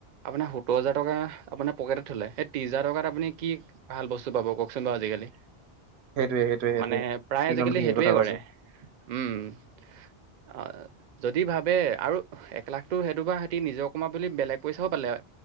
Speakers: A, on the right (about 55°); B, on the right (about 80°).
A: আপোনাৰ সত্ত দহ হেজাৰ টকা আপোনাৰ পকেতত থ'লে ত্ৰিছ হাজাৰ টকাত আপুনি কি ভাল বস্তু পাব কওকচোন বাৰু আজিকালি।
B: সেইটোৱে সেইটোৱে সেইটোৱে
A: মানে প্ৰায়
B: একদম
A: আজি-কালি
B: ঠিকে
A: সেইটোৱে
B: কথা
A: কৰে।
B: কৈছে
A: উম। অ, যদি ভাবে আৰু এক লাখটো সেইটো বা সিহতি নিজৰ কমা বুলি বেলেগ পইচাও পালে।